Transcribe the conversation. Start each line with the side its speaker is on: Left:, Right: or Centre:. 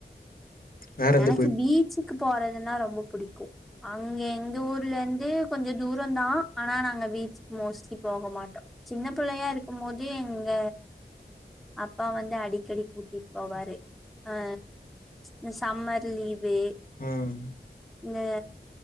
Left: வேற எந்த
Centre: எனக்கு
Left: கோயில்
Centre: பீச்சுக்கு போறதுன்னா ரொம்ப புடிக்கு அங்க எங்க ஊர்ல இருந்து கொஞ்சோ தூரம் தா ஆனா நாங்க பீச்சுக்கு மோஸ்லி போக மாட்டோ சின்ன பிள்ளையா இருக்கு போது எங்க அப்பா வந்து அடிக்கடி கூட்டிட்டு போவாரு அ மிஸ் சம்மர் லீவு
Left: ம்
Centre: இந்த